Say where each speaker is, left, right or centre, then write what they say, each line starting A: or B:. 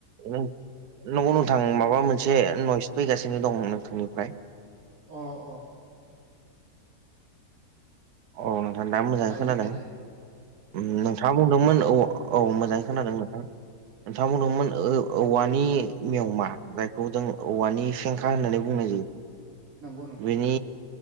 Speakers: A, on the right; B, on the right.
A: नंगौ नोंथां माबा मोनसे नयस फैगासिनो दं नोंथांनिफ्राय
B: अ अ।
A: औ नोंथां दा मोजाङै
B: दायो
A: खोनादों ओम नोंथाङा
B: अ
A: बुंदोंमोन
B: नंगौ
A: औ औ मोजाङै खोनादों नोंथां नोंथाङा बुंदोंमोन
B: अ अ
A: ओ औवानि मेवमा जायखौ जों औवानि सेंखा होननानै बुंनाय जायो‌
B: नंगौ नंगौ
A: बिनि